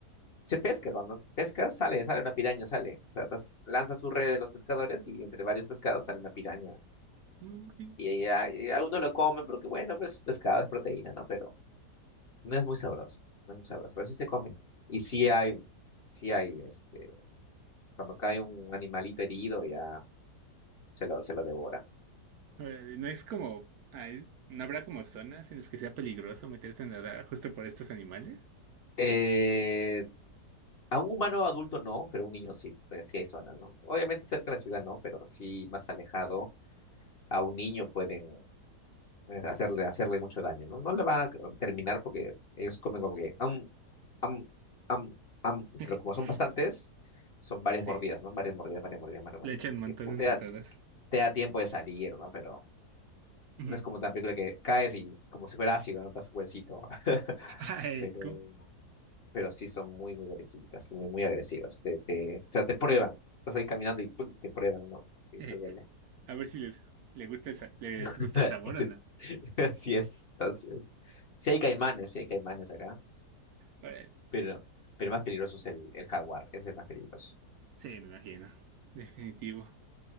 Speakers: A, on the left; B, on the right.
A: Se pesca, cuando pescas sale, sale una piraña, sale. O sea, tas- lanzas su red de los pescadores y entre varios pescados sale una piraña.
B: Mm, ok.
A: Y, y, a- y algunos lo comen porque, bueno, pues pescado es proteína, ¿no? Pero no es muy sabroso, no es muy sabroso, pero sí se comen. Y sí hay, sí hay, este, cuando cae un animalito herido ya se lo, se lo devoran.
B: Órale, No es como, ay, no habrá como zonas en las que sea peligroso meterte a nadar justo por estos animales.
A: Eh, a un humano adulto no, pero un niño sí, pues sí hay zonas, ¿no? Obviamente cerca de la ciudad no, pero sí más alejado. A un niño pueden eh, hacerle, hacerle mucho daño, ¿no? No le van a terminar porque ellos comen como que, am, am, am, am,
B: <laughs>
A: pero como son bastantes, son varias
B: Sí,
A: mordidas, ¿no? Varias mordidas, varias mordidas, varias mordidas.
B: le echan
A: Así
B: un montón
A: que pu-
B: entre
A: te da,
B: todas.
A: te da tiempo de salir, ¿no? Pero
B: Ujú.
A: no es como tan película que caes y como si fuera ácido, ¿no? Das huesito. <laughs>
B: Ay,
A: Pero,
B: ¿cómo?
A: pero sí son muy, muy agresivas, muy, muy agresivas. Te, te, o sea, te prueban. Estás ahí caminando y ¡pum! te prueban, ¿no? Y
B: Eh,
A: te duele.
B: a ver si les, le gusta el, sa- les
A: <laughs>
B: gusta el sabor o no.
A: Así es, así es. Sí hay caimanes, sí hay caimanes acá.
B: Órale.
A: Pero, pero el más peligroso es el, el jaguar, es el más peligroso.
B: Sí, me imagino. Definitivo.